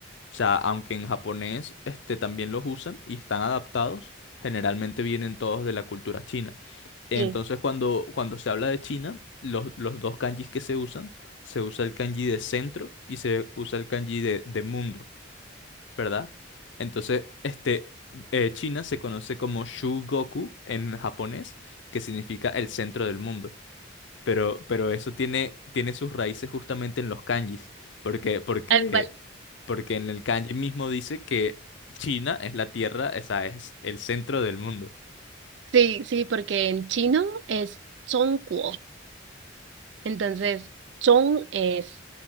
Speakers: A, on the left; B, on the right.
A: O sea, aunque en japonés este, también los usan y están adaptados, generalmente vienen todos de la cultura china. Entonces,
B: Sí,
A: cuando, cuando se habla de China, los, los dos kanjis que se usan, se usa el kanji de centro y se usa el kanji de de mundo. ¿verdad? Entonces, este, eh, China se conoce como Shugoku en japonés, que significa el centro del mundo. Pero, pero eso tiene, tiene sus raíces justamente en los kanjis, porque, porque,
B: tal cual.
A: porque en el kanji mismo dice que China es la tierra, esa es el centro del mundo.
B: Sí, sí, porque en chino es Zhongguo Entonces, Chong es